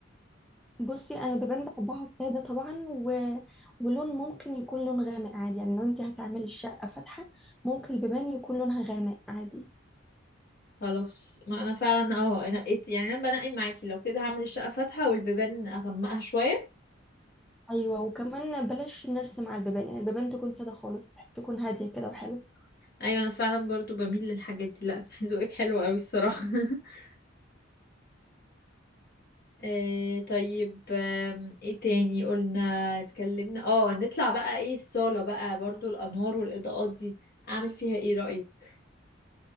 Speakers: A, in the centre; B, on the left.
A: بصي انا بيبان بحبها الساده طبعا و... ولون ممكن يكون لون غامق عادي يعني لو انت هتعملي الشقه فاتحه ممكن البيبان يكون لونها غامق عادي
B: خلاص ما انا فعلا اه نقيت يعني انا بنقي معاكي لو كده هعمل الشقه فاتحه والبيبان اغمقها شويه
A: ايوه وكمان بلاش نرسم على البيبان يعني البيبان تكون ساده خالص بحيث تكون هاديه كده وحلو
B: ايوه انا فعلا برضو بميل للحاجات دي لا <laughs> ذوقك حلو قوي الصراحه <laughs> إيه طيب آم، ايه تاني قلنا اتكلمنا اه نطلع بقى ايه الصالة بقى برضو الأنوار والإضاءات دي أعمل فيها ايه رأيك؟